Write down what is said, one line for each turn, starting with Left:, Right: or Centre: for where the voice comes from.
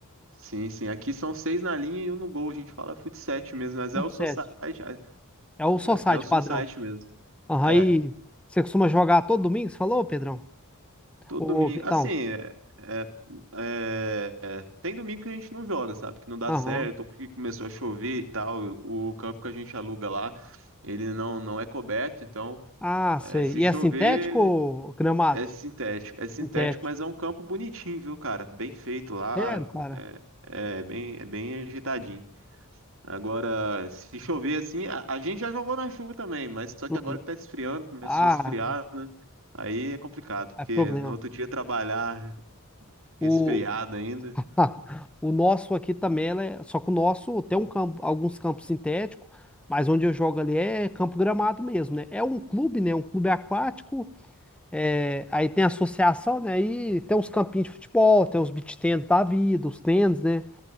Right: Sim, sim. Aqui são seis na linha e um no gol. A gente fala fut 7 mesmo, mas
Centre: Tudo
Right: é o
Centre: sete.
Right: society. É
Centre: É o só site
Right: é o society
Centre: padrão.
Right: mesmo.
Centre: aí
Right: É,
Centre: você costuma jogar todo domingo, você falou, Pedrão?
Right: todo
Centre: Ô,
Right: domingo.
Centre: Vitão.
Right: Assim, é, é- é- é, tem domingo que a gente não joga, sabe? Que não dá
Centre: Aham.
Right: certo, ou que começou a chover e tal. O campo que a gente aluga lá, ele não, não é coberto, então
Centre: Ah,
Right: é,
Centre: sei.
Right: se
Centre: E
Right: chover.
Centre: é sintético ou gramado?
Right: É sintético, é sintético,
Centre: Sintético.
Right: mas é um campo bonitinho, viu, cara? Bem feito lá,
Centre: Sério, cara?
Right: né? É bem, é bem ajeitadinho. Agora, se chover assim, a, a gente já jogou na chuva também, mas só
Centre: Uhum.
Right: que agora que tá esfriando, começou
Centre: Ah,
Right: a esfriar, né? Aí é complicado, porque
Centre: é problema.
Right: no outro dia trabalhar resfriado
Centre: O,
Right: ainda.
Centre: <laughs> O nosso aqui também, né? Só que o nosso tem um campo, alguns campos sintéticos, mas onde eu jogo ali é campo gramado mesmo, né? É um clube, né? Um clube aquático. é, aí tem a associação, né? Aí tem os campinhos de futebol, tem os beach tennis da vida, os tênis, né?